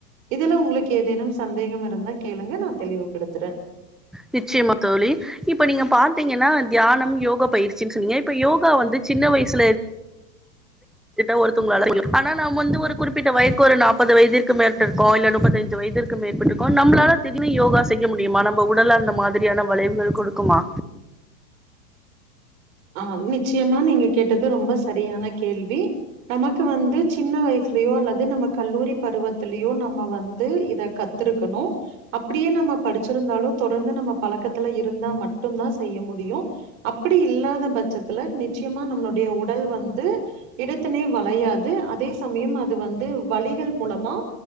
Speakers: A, on the right (about 55°); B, in the centre.
A: இதுல உங்களுக்கு ஏதேனும் சந்தேகம் இருந்தா கேளுங்க நா தெளிவுபடுத்துற
B: நிச்சியமா தோழி இப்ப நீங்க பாத்திங்கன்னா தியானம் யோக பயிற்சினு சொன்னிங்க இப்ப யோகா வந்து சின்ன வயசுல ஒருத்தவங்கள <inaudible> அனா நாம் வந்து ஒரு குறிப்பிட்ட வய்க்கு ஒரு நாப்பது வயதிற்கு <unintelligible> இருக்கோ இல்ல முப்பத்தஞ்சு வயதிற் க்கு மேற்பட்ருக்கோ நம்பளால திடினு யோகா செய்ய முடியுமா நம்ம உடல் அந்த மாதிரியான வளைவுகள் கொடுக்குமா
A: ஆ நிச்சியமா நீங்க கேட்டது ரொம்ப சரியான கேள்வி நமக்கு வந்து சின்ன வயசுலயோ அல்லது நம்ம கல்லூரி பருவத்துலயோ நம்ம வந்து இத கத் துருக்கணு அப்படியே நம்ம படிச்சிருந்தாலு தொடர்ந்து நம்ம பழக்கத்துல இருந்தா மட்டுந்தா செய்ய முடியு அப்படி இல்லா த பட்சத்துல நிச்சியமா நம்மளுடைய உடல் வந்து இடத்துனே வளையாது அதே சமயம் அது வந்து வலிகள் மூலமா